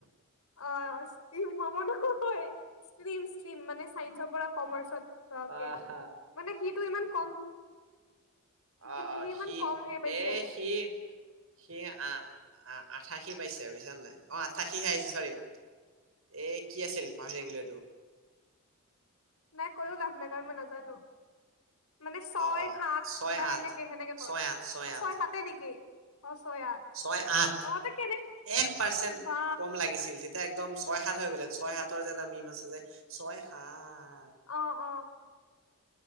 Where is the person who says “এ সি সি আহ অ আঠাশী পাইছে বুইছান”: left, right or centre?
Right